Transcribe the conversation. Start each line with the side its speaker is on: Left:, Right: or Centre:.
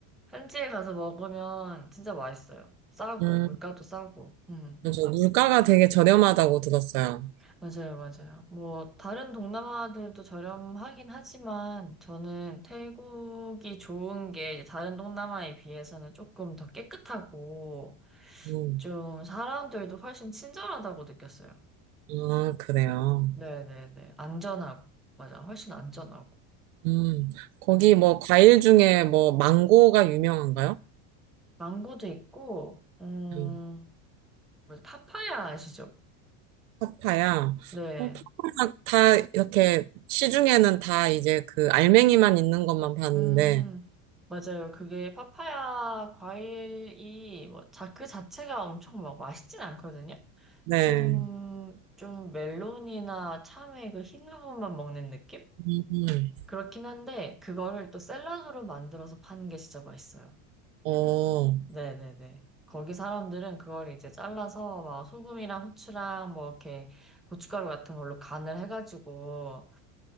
Centre: 현지에 가서 먹으면 진짜 맛있어요. 싸고,
Right: 음,
Centre: 물가도 싸고. 음,
Right: 저 물가가 되게 저렴하다고 들었어요.
Centre: 맞아요, 맞아요. 뭐, 다른 동남아들도 저렴하긴 하지만 저는 태국이 좋은 게 이제 다른 동남아에 비해서는 조금 더 깨끗하고
Right: 음,
Centre: 좀 사람들도 훨씬 친절하다고 느꼈어요.
Right: 아, 그래요.
Centre: 네네네. 안전하고. 맞아. 훨씬 안전하고.
Right: 음, 거기
Centre: 음,
Right: 뭐
Centre: 음.
Right: 과일 중에 뭐 망고가 유명한가요?
Centre: 망고도 있고, 음,
Right: 음,
Centre: 뭐지? 파파야 아시죠?
Right: 파파야.
Centre: 네.
Right: 어, 파파야 다 이렇게 시중에는 다 이제 그 알맹이만 있는 것만 봤는데,
Centre: 음, 맞아요. 그게 파파야 과일이 뭐, 자, 그 자체가 엄청 막 맛있진 않거든요?
Right: 네.
Centre: 좀, 좀 멜론이나 참외 그 흰 부분만 먹는 느낌?
Right: 음, 음.
Centre: 그렇긴 한데, 그거를 또 샐러드로 만들어서 파는 게 진짜 맛있어요.
Right: 어,
Centre: 네네네. 거기 사람들은 그걸 이제 잘라서 막 소금이랑 후추랑 뭐 이렇게 고춧가루 같은 걸로 간을 해가지고